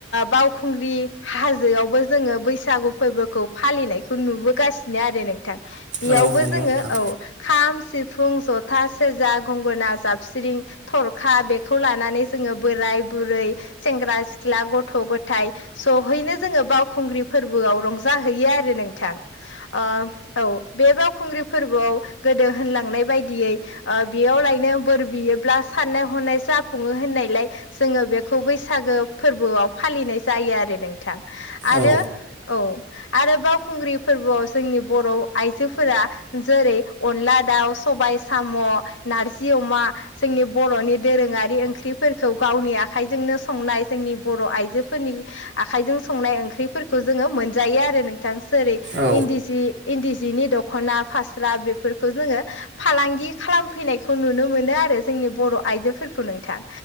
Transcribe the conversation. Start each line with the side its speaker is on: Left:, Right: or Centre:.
Left: बाव खुंग्रि हाजोआवबो जोङो बैसागु फोरबोखौ फालिनायखौ नुबोगासिनो आरो नों थां बेयावबो
Right: औ नंगौ
Left: जोङो
Right: नोंथां
Left: औ खाम, सिफुं, जथा, सेरा, गंगोना, जाबस्रि, थरखा बेखौ लानानै जोङो बोराय बुरै सेंग्रा सिख्ला गथ' गथाय सहैनो जोङो बावखुंग्रि फोरबोआव रंजाहैयो आरो नोंथां। औ बे बावखुंग्रि फोरबोआव गोदो होनलांनाय बायदियै बेयावलायनो बोर बियोब्ला साननाय हनाय जाफुङो होननायलाय जोङो बेखौ बैसागो। फोरबोआव फालिनाय जायो आरो नोंथां आरो
Right: औ
Left: औ आरो बावखुंग्रि फोरबोआव जोंनि बर' आइजोफोरा जेरै अनला दाउ, सबाय साम', नारजि अमा जोंनि बर'नि दोरोङारि ओंख्रिफोरखौ गावनि आखाइजोंनो संनाय जोंनि बर' आइजोफोरनि आखाइजों संनाय ओंख्रिफोरखौ जोङो मोनजायो आरो नोंथां जेरै
Right: औ
Left: इन्दि सि इन्दि जिनि दख'ना फास्रा बेफोरखौ जोङो फालांगि खालाम। फैनायखौ नुनो मोनो आरो जोंनि बर' आइजोफोरखौ नोंथां